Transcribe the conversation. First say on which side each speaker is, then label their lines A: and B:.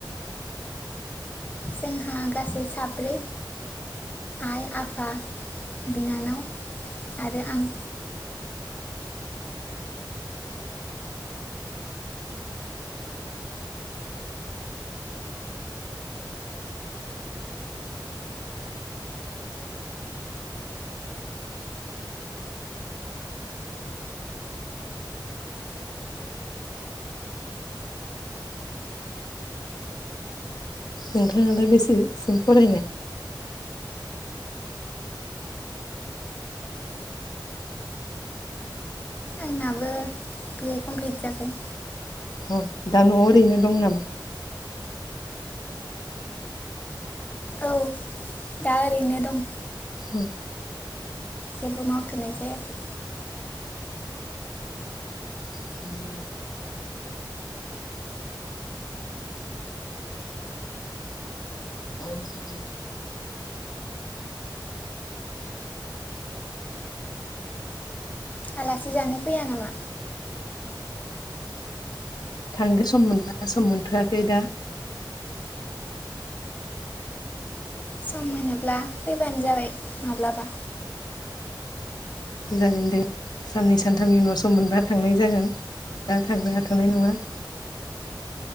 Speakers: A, on the left; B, on the left.
A: जोंहा गासै साब्रै आइ आफा बिनानाव आरो आं
B: नोंथाङा दा बेसेसिम फरायनाय
A: आंनाबो बिए कमप्लिट जाबाय
B: अ दा नआव ओरैनो दं नामा
A: औ दा ओरैनो दं
B: <inaudible>
A: जेबो मावथनाय जायाखै
B: <unintelligible> <inaudible>
A: आलासि जानो फैया नामा
B: थांगोन सम मोनब्लाा सम मोनथआखै दा
A: सम मोनोब्ला फैबानो जाबाय माब्लाबा
B: जागोन दे साननै सानथामनि उनाव सम मोनबा थांनाय जागोन दा थांनो हाथनाय नङा